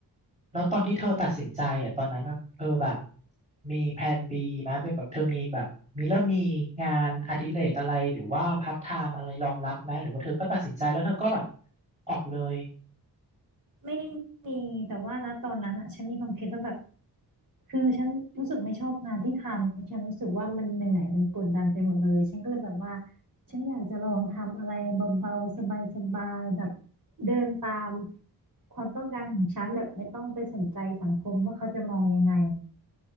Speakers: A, on the right (about 15°); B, on the right (about 55°).
A: แล้วตอนที่เธอตัดสินใจอ่ะตอนนั้นน่ะเธอแบบมีแพลน B ไหมไม่แบบเธอมีแบบมีเริ่มมีงานอดิเรกอะไรหรือว่าพาร์ทไทม์อะไรรองรับไหมหรือว่าเธอก็ตัดสินใจแล้วเธอก็แบบออกเลย
B: ไม่มีแต่ว่านะตอนนั้นอ่ะฉันมีความคิดว่าแบบคือฉันรู้สึกไม่ชอบงานที่ทำฉันรู้สึกว่ามันเหนื่อยมันกดดันไปหมดเลยฉันก็เลยแบบว่าฉันอยากจะลองทำอะไรเบาๆสบายๆแบบเดินตามความต้องการของฉันแบบไม่ต้องไปสนใจสังคมว่าเขาจะมองยังไง